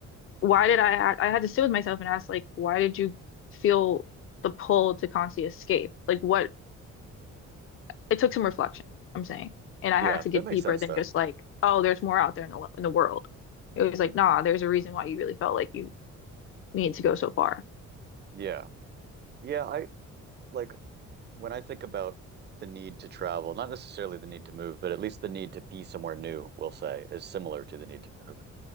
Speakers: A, on the left; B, on the right.
A: why did I, I had to sit with myself and ask, like, why did you feel the pull to constantly escape? Like, what, it took some reflection, I'm saying. And I
B: Yeah,
A: had to get
B: that makes
A: deeper
B: sense
A: than
B: though.
A: just like, oh, there's more out there in the, in the world. It was like, nah, there's a reason why you really felt like you needed to go so far.
B: Yeah. Yeah, I like when I think about the need to travel, not necessarily the need to move, but at least the need to be somewhere new, we'll say, is similar to the need to move.